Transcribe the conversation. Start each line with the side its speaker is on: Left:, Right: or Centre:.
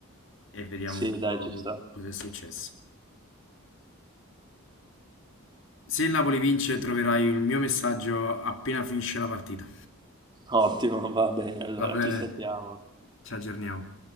Left: e vediamo
Right: Sì,
Left: un po'
Right: dai, ci sta.
Left: cosa è successo. Se il Napoli vince, troverai il mio messaggio appena finisce la partita.
Right: Ottimo, va bene, allora
Left: Va bene?
Right: ci sentiamo.
Left: Ci aggiorniamo.